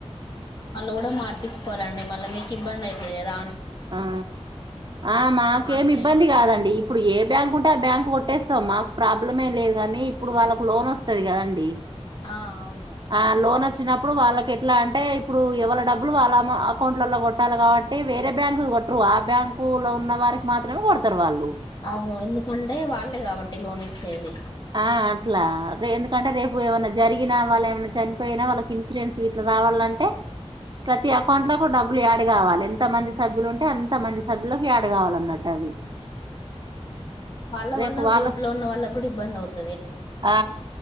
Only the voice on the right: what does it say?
ఆ ఆ, మాకేమి
ఇబ్బంది కాదండి. ఇప్పుడు ఏం? బ్యాంక్ ఉంటే ఆ బ్యాంక్ కొట్టేస్తాం. మాకు ప్రాబ్లమే లేదు గానీ, ఇప్పుడు వాళ్ళకి లోన్ వస్తుంది కదండీ.
ఆ, లోన్ వచ్. వచ్చినప్పుడు వాళ్లకి ఎట్లా అంటే, ఇప్పుడు ఎవళ డబ్బులు వాళ్ల అకౌంట్లలో కొట్టాలి కాబట్టి వేరే బ్యాంకుది. కొటారు ఆ బ్యాంకు లో ఉన్న వారికి మాత్రమే కొత్త డతారు వాళ్ళు
ఆ, అట్లా రే. ఎందుకంటే రేపు ఏమన్నా జరిగినా, వాళ్ల ఏమన్నా చనిపోయినా, వాళ్లకి ఇన్సూరెన్స్ గిట్లా! రావాలంటే, ప్రతి అకౌంట్ లోకు డబ్బులు యాడ్ కావాలే, ఎంత? ఎంత మంది సభ్యులు ఉంటే, అంత మంది సభ్యులకు యాడ్ కావాలన్నట్టు అవి.
రేపు
వాళ్ళ
ఆ,